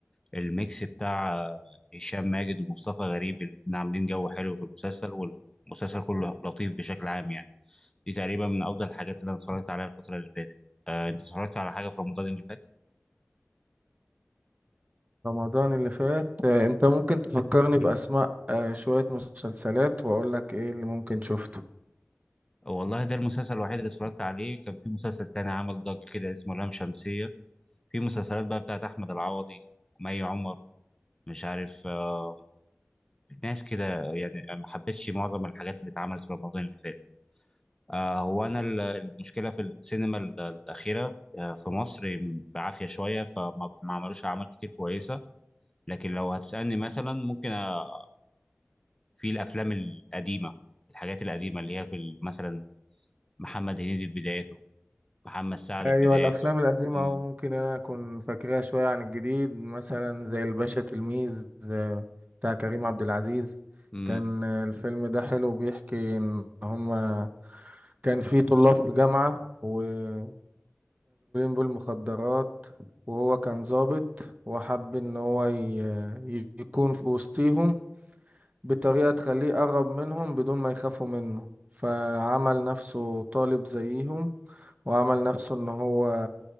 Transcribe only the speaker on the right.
رمضان اللي فات آه، أنت ممكن تفكرني بأسماء آه، شوية مسلسلات وأقولك إيه اللي ممكن شفته
ايوه
الافلام القديمه
ممكن انا اكون فاكرها شويه عن الجديد مثلا زي الباشا تلميذ آه، بتاع كريم عبد العزيز
كان آه، الفيلم ده حلو بيحكي ان هما كان في طلاب في جامعه ومشغولين بالمخدرات وهو كان ضابط وحب ان هو ي- يكون في وسطيهم بطريقه تخليه قرب منهم بدون ما يخافوا منه فعمل نفسه طالب زيهم وعمل نفسه ان هو